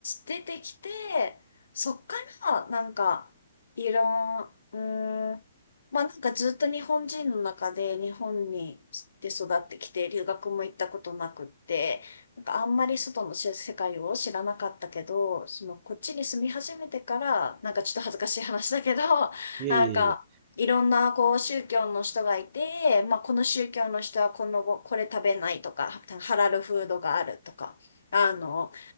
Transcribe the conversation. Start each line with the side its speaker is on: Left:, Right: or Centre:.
Left: 出てきて、そっからなんかいろん、うーん、まあなんかずっと日本人の中で日本にで育ってきて留学も行ったことなくって、なんかあんまり外のし世界を知らなかったけど、そのこっちに住み始めてから、なんかちょっと恥ずかしい話だけど、<laughs>
Right: いえいえいえ。
Left: なんかいろんなこう宗教の人がいて、まあこの宗教の人はこのご、これ食べないとか、ハラルフードがあるとか、あの、